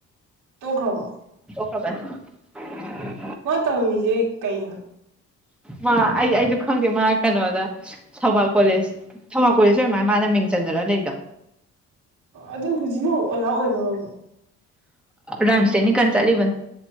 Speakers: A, on the right; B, in the centre.
A: ꯇꯣ ꯈ꯭ꯔꯕꯣ
B: <inaudible>
A: ꯋꯥ ꯇꯃꯤ ꯃꯤꯦ ꯀꯩ ꯅ
B: ꯃꯥ ꯑꯩ ꯑꯩꯁꯨ ꯈꯪꯗꯦ ꯃꯥ ꯀꯩꯅꯣꯗ ꯊꯧꯕꯥꯜ ꯀꯣꯂꯦꯖ ꯊꯧꯕꯥꯜ ꯀꯣꯂꯦꯖꯁꯨꯃꯅ ꯃꯥꯅ ꯃꯤꯡ ꯆꯟꯖꯅ ꯂꯩꯗꯣ
A: ꯑꯗꯨꯣ ꯍꯧꯖꯤꯛꯅ ꯑꯣꯖꯥ ꯑꯣꯏꯔꯔꯕ
B: ꯔꯥꯝꯁꯦꯅꯤ ꯀꯥꯟ ꯆꯠꯂꯤꯕ